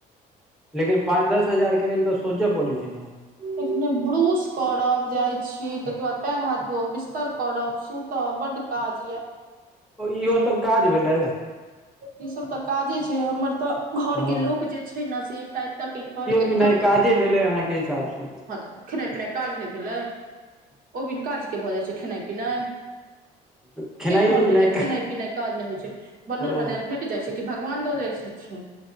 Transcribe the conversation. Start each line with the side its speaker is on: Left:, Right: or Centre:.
Centre: लेकिन पाँच दस हजार के लेल तऽ सोचय पड़ै छै ने
Right: खने ब्रूश करब जाइत छी तहिके बाद पैर हाथ धोब बिस्तर करब सुतब बड्ड काज य
Centre: इहो सब काज भेलै
Right: ई सब तऽ काजे छै हमर तऽ घरके
Centre: हँ
Right: लोक जे छै ने से एकटा ए के घर ए
Centre: कि नहि काजे भेलै अहाँके हिसाबसँ
Right: हँ तऽ खेनाइ पिनाइ काज नहि भेलै ओबिन काजके भऽ जाइ छै खेनाइ पिनाइ
Centre: खेनाइयो
Right: के कहलकै
Centre: पिनाइ
Right: जे खेनाइ पिनाइ काज नहि होइ छै बनल
Centre: ओ
Right: बनायल भेट जाइ छै कि भगवान दऽ जाइ छथिन